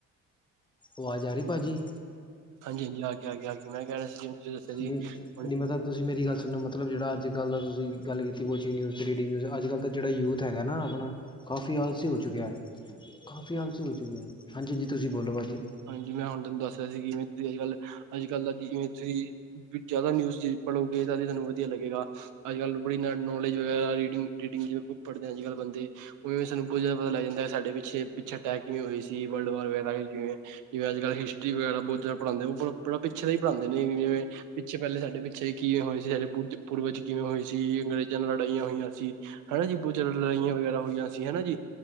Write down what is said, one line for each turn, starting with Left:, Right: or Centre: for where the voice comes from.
Left: ਆਵਾਜ਼ ਆ ਰਹੀ ਭਾਜੀ?
Right: ਹਾਂਜੀ- ਹਾਂਜੀ ਆ ਗ ਆ ਗ ਆ ਗ ਮੈਂ ਕਹਿ ਰਿਹਾ ਸੀ! ਤੁਸੀਂ ਦੱਸਿਆ ਸੀ
Left: ਨ
Right: ਹੁਣ
Left: ਨੀ ਮਤਾਬ ਤੁਸੀਂ ਮੇਰੀ ਗੱਲ ਸੁਣੋ ਮਲ। ਮਤਲਬ ਜਿਹੜਾ ਅੱਜਕੱਲ ਤੁਸੀਂ ਗੱਲ ਕੀਤੀ ਪੋਚਗ ਨਿਊਜ਼ ਅਤੇੀ ਰੀਡਿੰਗ ਨਿਊਜ਼ ਅੱਜ ਕੱਲ ਤਾਂ ਜਿਹੜਾ ਯੂਥ ਹੈ ਨਾ ਆਪਣਾ! ਕਾਫ਼ੀ ਆਲਸੀ ਹੋ ਚੁੱਕਿਆ, ਕਾਫ਼ੀ ਆਲਸੀ ਹੋ ਚੁੱਕਿਆ ਹਾਂਜੀ ਹਾਂਜੀ ਤੁਸੀਂ ਬੋਲੋ ਭਾਜੀ
Right: ਹਾਂਜੀ ਮੈਂ ਹੁਣ ਤੁਹਾਨੂੰ ਦੱਸ ਰਿਹਾ ਸੀ ਕਿਵੇਂ ਤੁਸੀਂ ਅੱਜੱਲ ਅੱਜ ਕੱਲ੍ਹ ਜਵੇਂ ਤੁਸੀਂ ਜ਼ਿਆਦਾ ਨਿਊਜ਼ ਪੜ੍ਹੋਗੇ ਤਾਂ ਸਾਨੂੰ ਵਧੀਆ ਲੱਗੇਗਾ। ਅੱਜ ਕੱਲ੍ਹ ਬੜੀ ਨੌਲੇਜ ਵਗੈਰਾ ਰਿੰਡਗ ਰਿਡਿੰਗ ਪੜ੍ਹਦੇ ਆ। ਅੱਜ ਕੱਲ੍ਹ ਬੰਦੇ, ਉਵੇ ਸਾਨੂੰ ਬਹੁਤ ਜ਼ਿਆਦਾ ਪਤਾ ਲੱਗਦਾ ਕਿ ਸਾਡੇ ਪਿੱਛੇ ਅਟੈਕ ਕਿਵੇਂ ਹੋਈ ਸੀ। ਵਰਲਡ ਵਾਰ ਵਗੈਰਾ ਕਿਵੇਂ? ਜਿਵੇਂ ਅੱ ਕੱਲ੍ਹ ਹਿਸਟਰੀ ਵਗੈਰਾ ਬਹੁਤ ਜ਼ਿਆਦਾ ਪੜਾਉਂਦੇ ਉਹ ਬੜ ਪਿੱਛੇ ਦਾ ਹੀ ਪੜ੍ਹਾਉਂਦੇ ਨੇ ਜਵੇਂ! ਪਿੱਛੇ ਪਹਿਲੇ ਸਾਡੇ ਪਿੱਛੇ ਕਿਵੇਂ ਹੋਏ ਸੀ। ਸਾਡੇ ਪੂਰਵਜ ਕਿਵੇਂ ਹੋਈ ਸੀ। ਅੰਗਰੇਜ਼ਾਂ ਨਾਲ ਲੜਾਈਆਂ ਹੋਈਆਂ ਸੀ। ਹਨਾ ਜੀ ਬਹੁਤ ਜ਼ਿਆਦਾ ਲੜਾਈਆਂ ਵਗੈਰਾ ਹੋਈਆਂ ਸੀਹਨਾ ਜੀ।